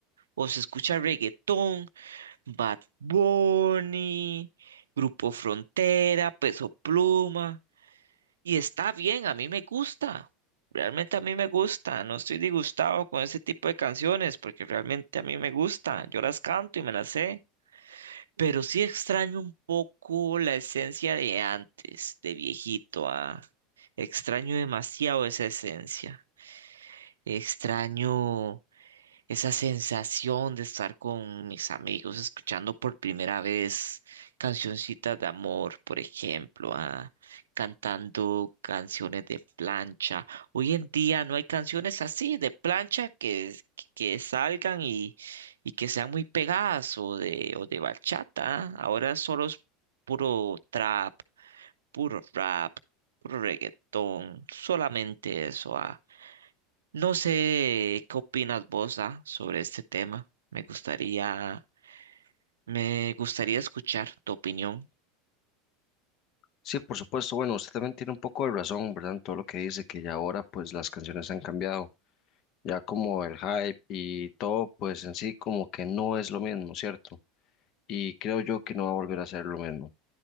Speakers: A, on the right; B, on the left.
A: o se escucha reggaetón, Bad Bunny, Grupo Frontera, Peso Pluma, y está bien, a mí me gusta. Realmente a mí me gusta, no estoy disgustado con ese tipo de canciones porque realmente a mí me gusta, yo las canto y me las sé. Pero sí extraño un poco la esencia de antes, de viejito, ah. Extraño demasiado esa esencia. Extraño esa sensación de estar con mis amigos escuchando por primera vez cancioncitas de amor, por ejemplo, ah, cantando canciones de plancha. Hoy en día no hay canciones así de plancha que, que salgan y, y que sean muy pegadas o de, o de bachata. ah. Ahora solo es puro trap, puro rap, puro reggaetón, solamente eso. ah. No sé qué opinas vos, ah, sobre este tema. Me gustaría, me gustaría escuchar tu opinión.
B: Sí, por supuesto. Bueno, usted también tiene un poco de razón, ¿verdad? En todo lo que dice, que ya ahora pues las canciones han cambiado, ya como el hype y todo pues en sí como que no es lo mismo, ¿cierto? Y creo yo que no va a volver a ser lo mismo.